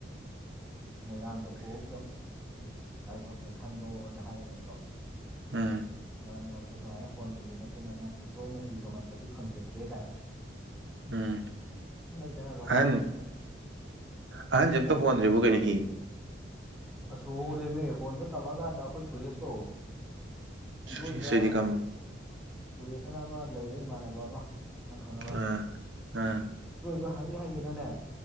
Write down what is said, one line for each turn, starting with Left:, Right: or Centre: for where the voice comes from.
Centre: ꯃꯣꯏꯔꯥꯡꯗ ꯐꯍꯧꯗꯕꯒꯤ ꯂꯥꯏꯕꯛꯅꯤ ꯈꯟꯗꯣꯛꯑꯣꯅ ꯍꯥꯏꯔꯒꯀꯣ
Right: ꯎꯝ
Centre: ꯃꯔꯛ ꯃꯔꯛꯇ ꯁꯨꯃꯥꯏꯅ ꯍꯣꯟꯕꯁ ꯅꯠꯇꯅ ꯅꯪꯕꯨ ꯇꯣꯏꯅ ꯍꯤ ꯇꯣꯡꯍꯟꯕꯗꯤ ꯐꯪꯖꯗ꯭ꯔꯦ ꯀꯥꯏꯅ
Right: ꯎꯝ
Centre: ꯅ ꯇꯅ ꯔꯣꯃꯇꯛ
Right: ꯑꯍꯟ ꯑꯍꯟꯁꯦ ꯑꯃꯇ ꯍꯣꯟꯗ꯭ꯔꯤꯕꯕꯨ ꯀꯩꯅꯣ ꯍ
Centre: ꯑꯁ ꯍꯣꯜꯂꯤꯦꯃꯦ ꯍꯣꯟꯕ ꯇꯝꯃꯀꯥꯟꯗ ꯑꯩꯈꯣꯏ ꯁꯨꯔꯦꯁꯇꯣ
Right: ꯁꯨꯔꯦꯁꯍꯣꯏꯗꯤ
Centre: ꯏꯔꯣꯏꯕ
Right: ꯀꯝꯕꯅꯣ
Centre: ꯁꯨꯔꯦꯁꯅ ꯑꯃ ꯂꯩꯌꯦ ꯏꯃꯥꯟꯅꯕ ꯑꯃ ꯅꯪ ꯈꯪꯉꯔꯕꯏ
Right: ꯑꯥ ꯑꯥ
Centre: ꯂꯣꯏꯕ ꯍꯥꯏꯩ ꯍꯥꯏꯌꯦꯅꯅꯦ